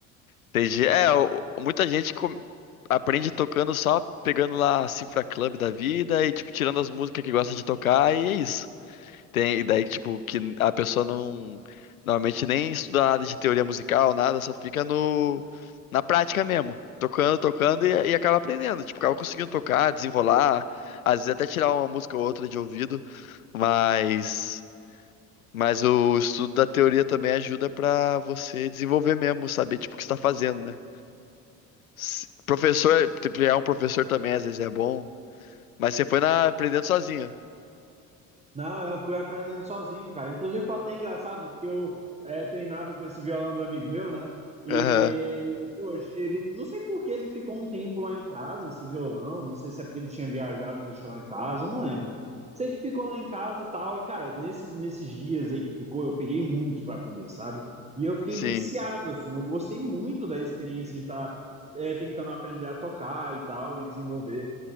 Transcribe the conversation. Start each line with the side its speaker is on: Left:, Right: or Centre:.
Left: Entendi. É, o- muita gente com- aprende tocando só pegando lá a Cifra Club da vida e, tipo, tirando as músicas que gosta de tocar e é isso. Tem, e daí, tipo, que a pessoa não normalmente nem estuda nada de teoria musical, nada, só fica no, na prática mesmo. Tocando, tocando e, e acaba aprendendo. Tipo, acaba conseguindo tocar, desenrolar, às vezes até tirar uma música ou outra de ouvido, mas, mas o estudo da teoria também ajuda pra você desenvolver mesmo, saber, tipo, o que você tá fazendo, né? Se- professor, tipo, é um professor também, às vezes é bom, mas você foi na, aprendendo sozinho.
Right: Não, eu fui aprendendo sozinho, cara. Inclusive, foi até engraçado, porque eu é, treinava com esse violão do amigo meu, né? E,
Left: Aham,
Right: poxa, ele, não sei por que ele ficou um tempo lá em casa, esse violão. Não sei se é porque ele tinha viajado e deixou lá em casa, eu não lembro. Sei que ficou lá em casa e tal. E, cara, nesses, nesses dias aí que ficou, eu peguei muito pra aprender, sabe? E eu fiquei
Left: sim,
Right: viciado, assim. Eu gostei muito da experiência de estar é, tentando aprender a tocar e tal, e desenvolver.